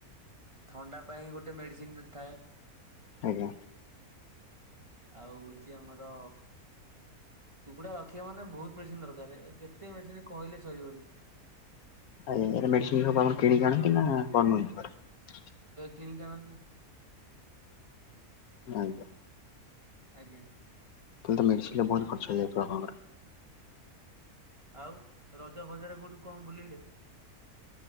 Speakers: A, on the right; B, on the left.
A: ଥଣ୍ଡା ପାଇଁ ଗୋଟେ ମେଡିସିନ ଥାଏ
B: ଆଜ୍ଞା।
A: ଆଉ ହଉଛି ଆମର କୁକୁଡା ରଖିବା ମାନେ ବହୁତ ମେଡିସିନ ଦରକାର କେତେ ମେଡିସିନ କହିଲେ ସରିବନି।
B: ଆଜ୍ଞା ଏ ମେଡ଼ିସିନ ସବୁ ଆପଣ କିଣିକି ଆଣନ୍ତି ନା <unintelligible>
A: କିଣିକି ଆଣନ୍ତି।
B: ଆଜ୍ଞା।
A: ଆଜ୍ଞା।
B: ମେଡ଼ିସିନ ରେ ବହୁତ ଖର୍ଚ୍ଚ ହେଇଯାଉଥିବ ଆପଣଙ୍କର
A: ଆଉ ରଜ ବଜାର କୋଉଠୁ କଣ ବୁଲିଲେ?